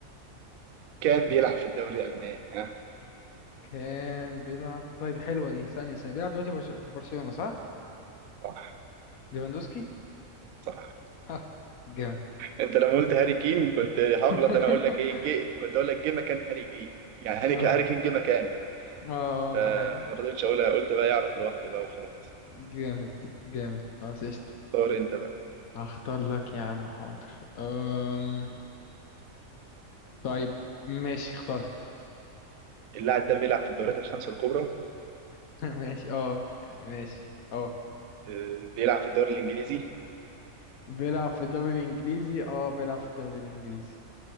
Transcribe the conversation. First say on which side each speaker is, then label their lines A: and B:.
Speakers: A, on the right; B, on the left.
A: كان بيلعب في الدوري الألماني ها
B: كان بيلعب طيب حلوه دي ثانيه ثانيه بيلعب دلوقتي برش... في برشلونه صح
A: صح
B: ليفاندوسكي
A: صح
B: ها، جامد
A: انت لما قلت هاري كين كنت هغلط
B: <laughs>
A: انا اقول لك ايه جي كنت اقول لك جه مكان هاري كين يعني هاري
B: اه
A: كين هاري كين جه مكانه
B: اه
A: فما
B: ده حقيقي
A: رضيتش اقولها قلت بقى يعرف لوحده بقى وخلاص
B: جامد جامد خلاص قشطة
A: اختار انت بقى
B: هختار لك يا عم حاضر أم... طيب ماشي اخترت
A: اللاعب ده بيلعب في الدوريات الخمسه الكبرى
B: <laughs> ماشي اه يعني ماشي اه
A: آه، بيلعب في الدوري الانجليزي
B: بيلعب في الدوري الانجليزي اه بيلعب في الدوري الانجليزي